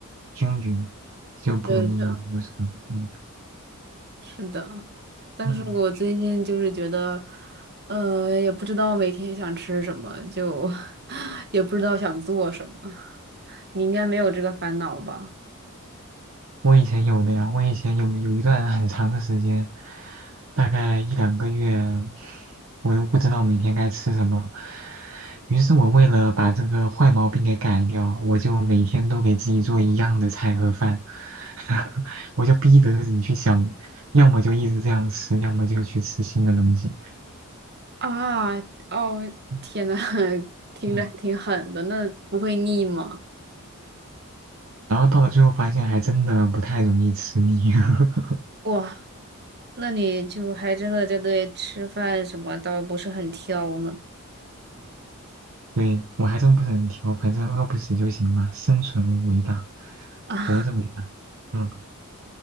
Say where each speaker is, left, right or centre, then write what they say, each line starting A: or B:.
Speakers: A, on the right (about 65°); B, on the right (about 45°).
A: 均匀，就不容易有什么。
B: 对的，
A: 嗯
B: 是的，但是我最近就是觉得，
A: 嗯。
B: 呃，也不知道每天想吃什么，就 <laughs> 也不知道想做什么。你应该没有这个烦恼吧？
A: 我以前有的呀，我以前有有一段很长的时间，大概一两个月，我都不知道每天该吃什么。于是我为了把这个坏毛病给改掉，我就每天都给自己做一样的菜和饭，<laughs> 我就逼着自己去想，要么就一直这样吃，要么就去吃新的东西。
B: 啊，哦，
A: <laughs>
B: 天呐，<laughs> 听着还挺狠的，
A: 嗯
B: 那不会腻吗？
A: 然后到了最后发现，还真的不太容易吃腻。<laughs>
B: 哇，那你就还真的就对吃饭什么倒不是很挑呢
A: 对，我还真不是很挑，反正饿不死就行嘛，生存伟大，
B: <laughs> 啊，
A: 活着伟大。嗯，